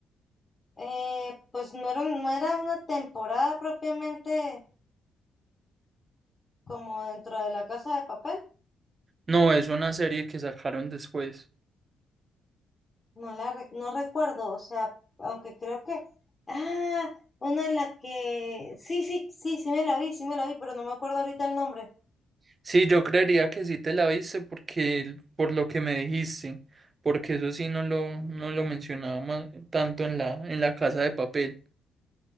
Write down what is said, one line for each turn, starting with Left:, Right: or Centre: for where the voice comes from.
Left: Eh, pues no era, un- no era una temporada propiamente como dentro de la Casa de Papel,
Right: No, es una serie que sacaron después.
Left: no la, re- no recuerdo, o sea, aunque creo que, ah, una en la que, sí, sí, sí, sí me la vi, sí me la vi, pero no me acuerdo ahorita el nombre.
Right: Sí, yo creería que sí te la viste porque, por lo que me dijiste, porque eso sí no lo, no lo mencionaba ma- tanto en la, en la Casa de Papel.